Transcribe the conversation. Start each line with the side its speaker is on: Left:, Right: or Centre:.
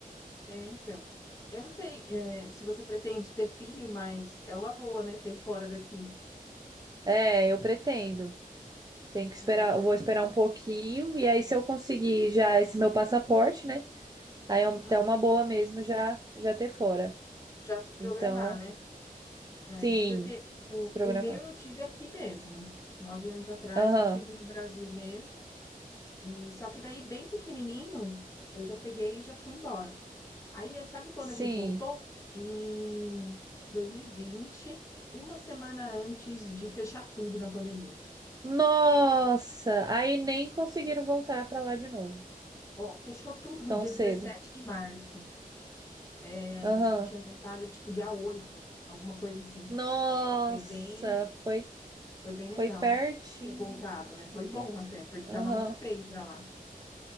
Left: É, então. Eu não sei, eh, se você pretende ter filho, mas é uma boa, né, ter fora daqui.
Right: É, eu pretendo. Tenho que esperar,
Left: É, então.
Right: eu vou esperar um pouquinho e aí se eu conseguir já esse meu passaporte, né? Aí é um- até
Left: Uhum.
Right: uma boa mesmo já já ter fora.
Left: Já se programar,
Right: Então,
Left: né? É,
Right: sim,
Left: porque o
Right: se programar.
Left: o meu eu tive aqui mesmo. 9 anos atrás
Right: Aham.
Left: eu tive no Brasil mesmo. E só que daí, bem pequenininho, eu já peguei e já fui embora. Aí, eh, sabe quando
Right: Sim.
Left: a gente voltou? Em 2020, uma semana antes de fechar tudo na pandemia.
Right: Nossa! Aí nem conseguiram voltar pra lá de novo,
Left: Ó, fechou tudo no
Right: tão
Left: dia
Right: cedo.
Left: 17 de março. Eh, a
Right: Aham.
Left: gente tinha voltado tipo dia 8, alguma coisa assim.
Right: Nossa!
Left: Foi bem,
Right: Foi,
Left: foi bem
Right: foi
Left: legal
Right: pertinho.
Left: ter voltado, né? Foi
Right: Gente.
Left: bom até, porque tava
Right: Aham.
Left: muito feio pra lá.